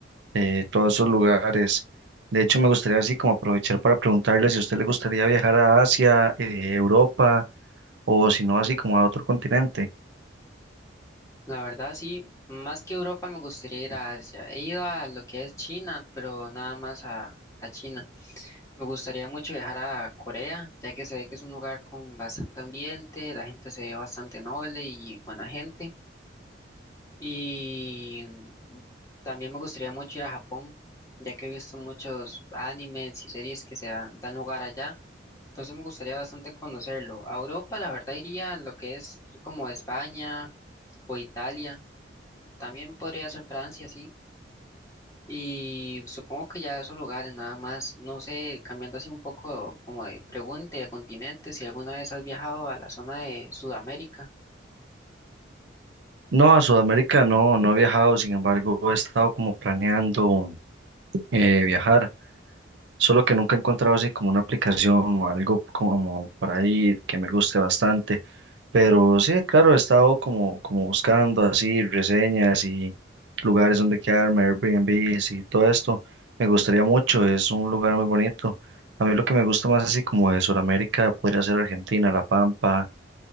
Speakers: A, on the right; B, on the left.
A: eh, todos esos lugares. De hecho, me gustaría así como aprovechar para preguntarle si a usted le gustaría viajar a Asia, eh, Europa o si no, así como a otro continente.
B: La verdad sí, más que Europa me gustaría ir a Asia. He ido a lo que es China, pero nada más a, a China. Me gustaría mucho viajar a Corea, ya que se ve que es un lugar con bastante ambiente, la gente se ve bastante noble y buena gente. Y mm, también me gustaría mucho ir a Japón, ya que he visto muchos animes y series que se dan dan lugar allá. Entonces me gustaría bastante conocerlo. A Europa, la verdad, iría lo que es como España o Italia. También podría ser Francia, sí. Y supongo que ya esos lugares nada más. No sé, cambiando así un poco como de pregunta y de continente, si alguna vez has viajado a la zona de Sudamérica.
A: No, a Sudamérica no, no he viajado, sin embargo, he estado como planeando eh, viajar, solo que nunca he encontrado así como una aplicación o algo como para ir que me guste bastante, pero sí, claro, he estado como, como buscando así reseñas y lugares donde quedarme, Airbnbs y todo esto, me gustaría mucho, es un lugar muy bonito. A mí lo que me gusta más así como de Sudamérica podría ser Argentina, La Pampa,